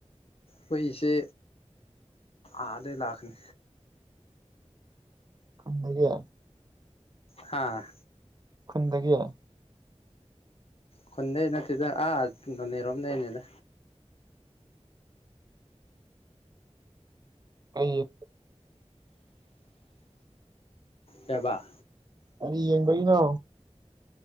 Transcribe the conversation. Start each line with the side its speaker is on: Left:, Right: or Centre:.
Left: ꯈꯣꯏ ꯏꯆꯦ ꯑꯥꯗꯩ ꯂꯥꯛꯀꯅꯤ꯫
Right: ꯈꯨꯟꯗꯒꯤ꯫
Left: ꯍꯥꯥ꯫
Right: ꯈꯨꯟꯗꯒꯤ꯫
Left: ꯈꯨꯟꯗꯩ ꯅꯠꯇꯦꯗ ꯑꯥ ꯅꯣꯅꯦ ꯔꯣꯝꯗꯩꯅꯤꯗ꯫
Right: ꯀꯩ
Left: ꯀꯦꯕ
Right: ꯀꯔꯤ ꯌꯦꯡꯕꯒꯤꯅꯣ꯫